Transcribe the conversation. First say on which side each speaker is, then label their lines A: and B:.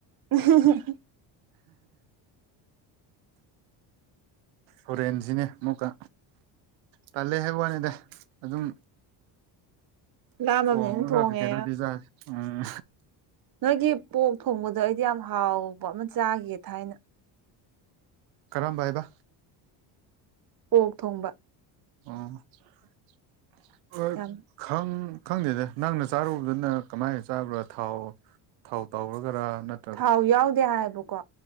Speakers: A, on the right; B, on the right.
A: ꯎꯝ <unintelligible>
B: ꯍꯣꯔꯦꯟꯖꯤꯅꯦ ꯃꯨꯛꯀ ꯇꯜꯂꯦ ꯍꯥꯏꯋꯥꯅꯤꯗ ꯑꯗꯨꯝ
A: ꯂꯥꯝꯃꯕꯅꯤꯅ
B: ꯊꯣꯡꯉꯒ
A: ꯊꯣꯡꯉꯦ
B: ꯀꯩꯀꯩꯅꯣꯗꯤ ꯆꯥꯏ ꯎꯝ
A: ꯅꯣꯏꯒꯤ ꯄꯣꯛ ꯊꯣꯡꯕꯗꯣ ꯑꯩꯗꯤ ꯌꯥꯝ ꯍꯥꯎꯕ ꯑꯃ ꯆꯥꯒꯤꯌꯦ ꯊꯥꯏꯅ
B: ꯀꯔꯝꯕ ꯍꯥꯏꯕ
A: ꯑꯣꯛ ꯊꯣꯡꯕ
B: ꯑꯣ <unintelligible>
A: ꯌꯥꯝ
B: ꯈꯪ ꯈꯪꯗꯦꯗ ꯅꯪꯅ ꯆꯥꯔꯨꯕꯗꯨꯅ ꯀꯃꯥꯏ ꯆꯥꯕ꯭ꯔꯥ ꯊꯥꯎ ꯊꯥꯎ ꯇꯧꯔꯒꯔꯥ ꯅꯠ
A: ꯊꯥꯎ ꯌꯥꯎꯗꯦ ꯍꯥꯏꯕꯀꯣ